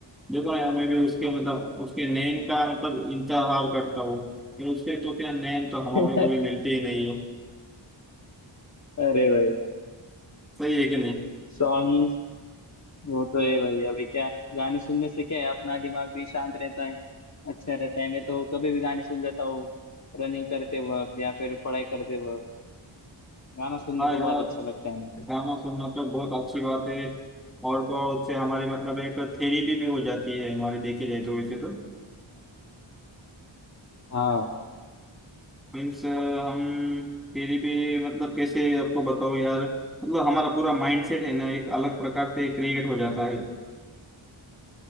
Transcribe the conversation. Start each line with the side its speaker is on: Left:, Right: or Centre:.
Centre: देखो ना यार मैं भी उसके मतलब उसके नैन का मतलब इंतजार करता हूँ यार उसके तो क्या नैन तो हमारे
Left: है
Centre: को कभी मिलते ही नहीं है
Left: <laughs> अरे भाई
Centre: सही है कि नहीं
Left: सॉन्ग वो तो है भाई अभी क्या गाने सुनने से क्या है अपना दिमाग भी शांत रहता है अच्छा रहता है मैं तो कभी भी गाने सुन लेता हूँ रनिंग करते वक्त या फिर पढ़ाई करते वक्त गाना सुनने
Centre: हाँ
Left: तो
Centre: यार
Left: बहुत अच्छा लगता है मुझे
Centre: गाना सुनना तो बहुत अच्छी बात है और तो और उससे हमारी मतलब एक थेरेपी भी हो जाती है हमारे देखे जाए तो वैसे तो
Left: हाँ
Centre: मीन्स हम थेरेपी मतलब कैसे आपको बताओ यार मतलब हमारा पूरा माइंडसेट है ना एक अलग प्रकार से क्रिएट हो जाता है